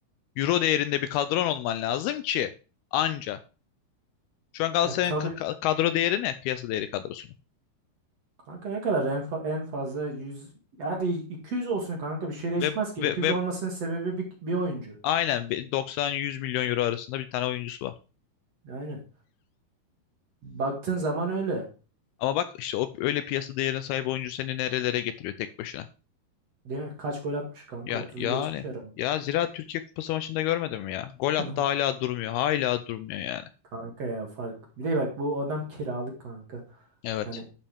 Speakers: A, on the left; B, on the right.
A: euro değerinde bir kadron olman lazım ki anca. Şu an Galatasaray'ın
B: Ya tabii
A: ka- ka- kadro değeri ne? Piyasa değeri kadrosunun.
B: Kanka ne kadar en, fa- en fazla 100 ya hadi 200 olsun kanka bir şey değişmez
A: Ve
B: ki
A: ve
B: 200
A: ve
B: olmasının sebebi bir, bir oyuncu.
A: aynen bir 90-100 milyon euro arasında bir tane oyuncusu var.
B: Aynen. Baktığın zaman öyle.
A: Ama bak işte o öyle piyasa değerine sahip oyuncu seni nerelere getiriyor tek başına.
B: Değil mi? Kaç gol atmış kanka
A: Ya
B: 30'u
A: yani
B: geçmiş herhalde.
A: ya Zira Türkiye Kupası maçında görmedim mi ya. Gol attı
B: <laughs>
A: hala durmuyor. Hala durmuyor yani.
B: Kanka ya fark. Bir de bak bu adam kiralık kanka.
A: Evet.
B: Yani